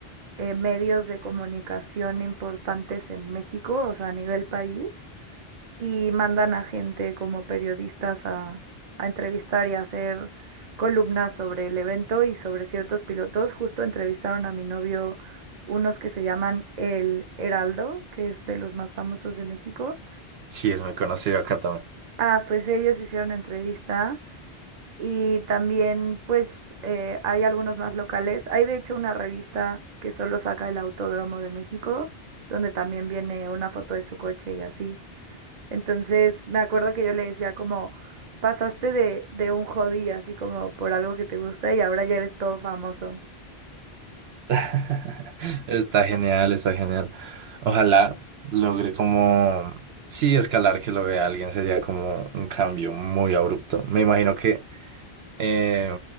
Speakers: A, on the right; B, on the right.
A: eh, medios de comunicación importantes en México, o sea, a nivel país, y mandan a gente como periodistas a, a entrevistar y a hacer columnas sobre el evento y sobre ciertos pilotos. Justo entrevistaron a mi novio unos que se llaman El Heraldo, que es de los más famosos de México.
B: Sí, es muy conocido acá
A: Ah, pues ellos hicieron entrevista y también, pues, eh, hay algunos más locales. Hay de hecho una revista que solo saca el Autódromo de México, donde también viene una foto de su coche y así. Entonces, me acuerdo que yo le decía como, pasaste de, de un hobby así como por algo que te gusta y ahora ya eres todo famoso.
B: <laughs> Está genial, está genial. Ojalá logre como, sí, escalar que lo vea alguien sería como un cambio muy abrupto. Me imagino que eh,